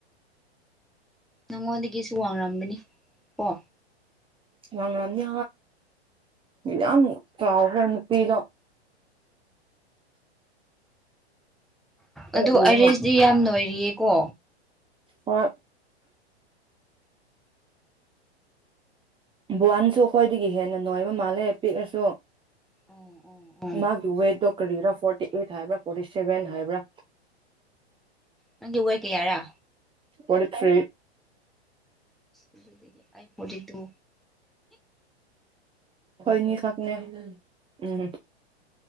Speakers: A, in the centre; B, on the right (about 15°).
A: ꯅꯪꯉꯣꯟꯗꯥꯒꯤ ꯁꯨ ꯋꯥꯡꯂꯝꯕꯒꯅꯤ ꯀꯣ
B: ꯉꯥꯡꯒ꯭ꯔꯝꯅꯤ ꯌꯥꯝ ꯆꯥꯎꯈ꯭ꯔꯦ ꯅꯨꯄꯤꯗꯣ
A: ꯑꯗꯨ
B: ꯍꯦꯛ ꯎꯕ
A: ꯑꯔꯤꯁꯗꯤ ꯌꯥꯝ ꯅꯣꯏꯔꯤꯌꯦ ꯀꯣ
B: ꯑꯣ ꯕꯨꯍꯟꯁꯨ ꯑꯩꯈꯣꯏꯗꯒꯤ ꯍꯦꯟꯅ ꯅꯣꯏꯕ ꯃꯥꯜꯂꯦ ꯄꯤꯛꯂꯁꯨ
A: ꯎꯝ
B: ꯃꯥꯒꯤ ꯋꯦꯠꯇꯣ ꯀꯔꯤꯔ ꯐꯣꯔꯇꯤ ꯑꯩꯠ ꯍꯥꯏꯕ꯭ꯔꯥ ꯐꯣꯔꯇꯤ ꯁꯦꯚꯦꯟ ꯍꯥꯏꯕ꯭ꯔꯥ
A: ꯅꯪꯒꯤ ꯋꯦꯠ ꯀꯥꯌꯥꯔ
B: ꯐꯦꯟꯇꯤ ꯊ꯭ꯔꯤ
A: ꯑꯗꯨꯗꯤ ꯐꯣꯔꯇꯤ ꯇꯨ
B: ꯍꯣꯏꯅꯤ ꯈꯛꯅꯦ ꯎꯝ